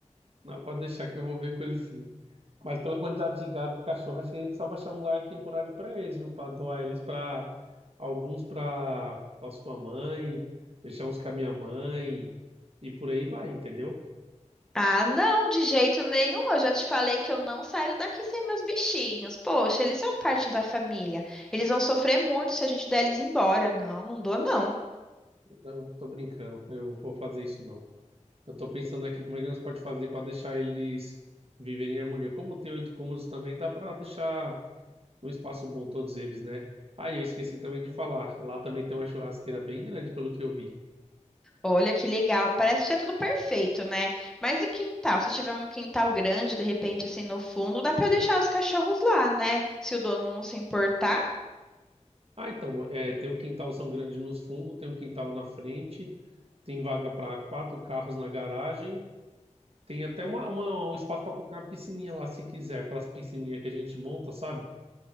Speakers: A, on the right; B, in the centre.
A: Não, pode deixar que eu vou ver com eles sim. Mas pela quantidade de gato e cachorro, acho que a gente só vai achar um lar temporário para eles, viu? Para doar eles para alguns para para sua mãe, deixar uns com a minha mãe e por aí vai, entendeu?
B: Ah, não, de jeito nenhum. Eu já te falei que eu não saio daqui sem meus bichinhos. Poxa, eles são parte da família. Eles vão sofrer muito se a gente der eles embora. Não, não dou, não.
A: Não, tô brincando. Eu vou fazer isso não. Eu tô pensando aqui como é que nós pode fazer para deixar eles viverem em harmonia. Como tem oito cômodos também, dá para deixar um espaço bom todos eles, né? Ah, e eu esqueci também de falar. Lá também tem uma churrasqueira bem grande, pelo que eu vi.
B: Olha que legal. Parece ser tudo perfeito, né? Mas e quintal? Se tiver um quintal grande, de repente, assim, no fundo, dá pra deixar os cachorros lá, né? Se o dono não se importar.
A: Ah, então, é, tem um quintalzão grande nos fundos, tem um quintal na frente, tem vaga para quatro carros na garagem, tem até uma, uma- um espaço para colocar uma piscininha lá, se quiser, aquelas piscininhas que a gente monta, sabe?